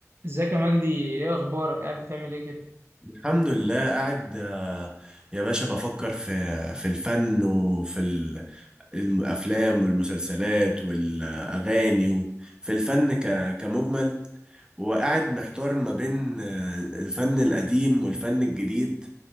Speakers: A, on the right; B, on the right.
A: ازيك يا مجدي ايه اخبارك قاعد بتعمل ايه كده
B: الحمد لله قاعد آه، يا باشا بفكر في في الفن وفي ال- الافلام والمسلسلات والاغاني وفي الفن ك- كمجمل وقاعد محتار ما بين آه، الفن القديم والفن الجديد